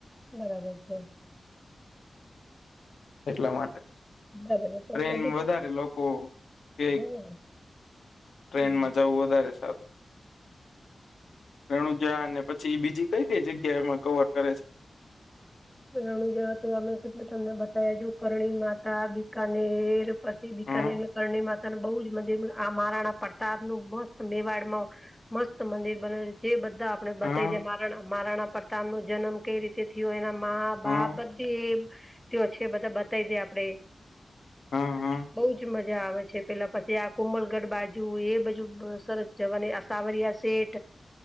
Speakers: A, in the centre; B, on the left.
A: બરાબર છે.
B: એટલા માટે
A: બરાબર
B: ટ્રેન
A: બધી
B: વધારે લોકો. કે
A: હમ.
B: ટ્રેનમાં
A: બરાબર
B: જવું વધારે સર. રેણુજા અને પછી બીજી કઈ કઈ જગ્યા એમાં કવર કરે છે.
A: રણું જવા તો અમે કેટલું તમને બતાવ છ કરણી માતા બિકનેર. પછી બીકાનેરું
B: હમ
A: કરણી માતાને બહુ જ મંદિર આ મહારાણા પ્રતાપ નું મસ્ત મેવાડ માં. મસ્ત મંદિર બને છે જે બધા. આપણે બતાવી
B: હમ
A: દે મા મહરાણા પરતામ નો જન્મ કઈ રીતે થયો એના મા
B: હમ
A: બાપ બા. એ છે બધા બતાવી દે આપડે
B: હા હા
A: બ. મજા આવે છે પેલા પછી આ કુંમલગઢ બાજુ એ બધું સરસ જવાની. સાવરિયા સે